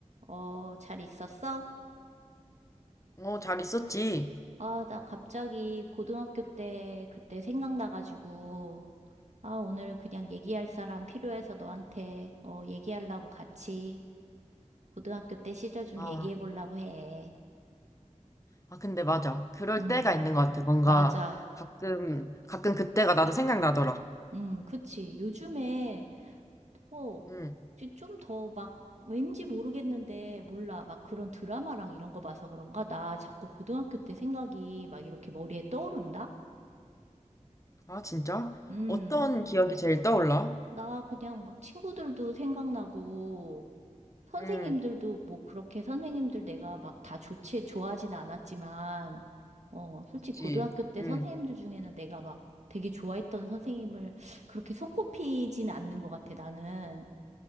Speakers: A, on the right (about 65°); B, on the left (about 25°).
A: 어, 잘 있었어?
B: 어, 잘 있었지.
A: 아, 나 갑자기 고등학교 때 그때 생각나가지고, 아, 오늘 그냥 얘기할 사람 필요해서 너한테, 어, 얘기하려고 같이 고등학교 때 시절 좀
B: 아,
A: 얘기해 보려고 해.
B: 아, 근데 맞아. 그럴
A: 음,
B: 때가 있는 것 같아. 뭔가
A: 맞아.
B: 가끔, 가끔 그때가 나도 생각나더라.
A: 음, 그치. 요즘에, 어,
B: 응.
A: 좀 더 막, 왠지 모르겠는데, 몰라. 막 그런 드라마랑 이런 거 봐서 그런가? 나 자꾸 고등학교 때 생각이 막 이렇게 머리에 떠오른다?
B: 아, 진짜?
A: 음.
B: 어떤 기억이 제일 떠올라?
A: 나 그냥 막 친구들도 생각나고, 선생님들도
B: 응,
A: 뭐 그렇게 선생님들 내가 막 다 좋지, 좋아하진 않았지만, 어, 솔직히
B: 그치.
A: 고등학교 때
B: 응,
A: 선생님들 중에는 내가 막 되게 좋아했던 선생님을 그렇게 손꼽히진 않는 것 같아, 나는.